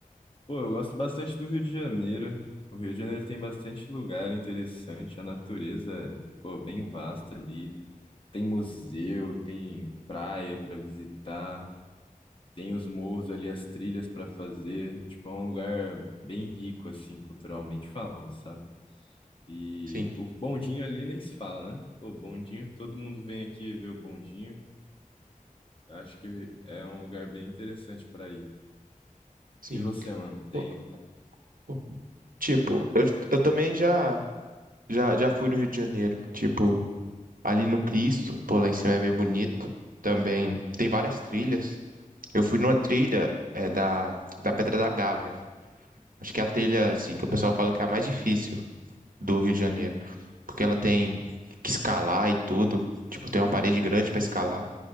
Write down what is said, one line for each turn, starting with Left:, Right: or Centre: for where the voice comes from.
Left: Pô, eu gosto bastante do Rio de Janeiro. O Rio de Janeiro tem bastante lugar interessante, a natureza é, pô, bem vasta ali. Tem museu, tem praia pra visitar, tem os morros ali, as trilhas pra fazer. Tipo, é um lugar bem rico, assim, culturalmente falando, sabe? E
Right: Sim,
Left: o bondinho ali nem se fala, né? Pô, bondinho, todo mundo vem aqui ver o bondinho. Acho que é um lugar bem interessante pra ir.
Right: sim.
Left: E você, mano, tem
Right: O- o- Tipo, eu, eu também já, já já fui no Rio de Janeiro. Tipo, ali no Cristo, pô, lá em cima é bem bonito. Também tem várias trilhas. Eu fui numa trilha é, da da Pedra da Gávea. Acho que é a trilha assim que o pessoal fala que é a mais difícil. do Rio de Janeiro,
Left: Uhum.
Right: porque ela tem que escalar e tudo, tipo, tem uma parede grande para escalar